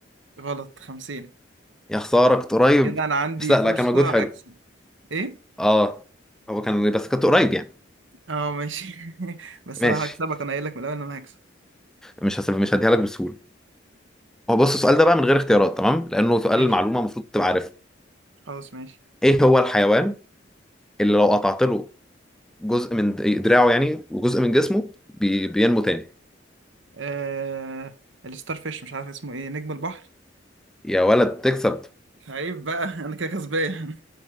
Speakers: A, on the right (about 75°); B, in the centre.
A: غلط خمسين
B: يا خساره كنت قريب
A: كده انا عندي
B: بس لا
A: فرصة
B: لا كان مجهود حلو
A: اكسب ايه
B: اه هو كان بس كنت قريب يعني
A: اه ماشي <laughs> بس
B: ماشي
A: انا هكسبك انا قايل لك من الاول ان انا هكسب
B: مش هسيب مش هديها لك بسهوله هو بص السؤال ده بقى من غير اختيارات تمام لانه سؤال
A: ماشي
B: معلومه المفروض تبقى عارفها
A: خلاص ماشي
B: ايه هو الحيوان اللي لو قطعت له جزء من دراعه يعني وجزء من جسمه بي... بينمو تاني
A: آه... الستار فيش مش عارف اسمه ايه نجم البحر
B: يا ولد تكسب
A: عيب بقى <laughs> انا كده كسبان